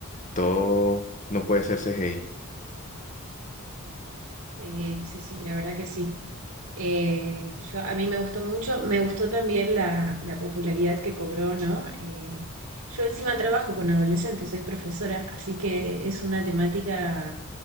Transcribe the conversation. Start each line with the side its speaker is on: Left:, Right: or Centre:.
Left: todo no puede ser CGI.
Right: Eh, sí, sí, la verdad que sí. Eh, yo, a mí me gustó mucho, me gustó también la, la popularidad que cobró, ¿no? Eh, yo encima trabajo con adolescentes, soy profesora, así que es una temática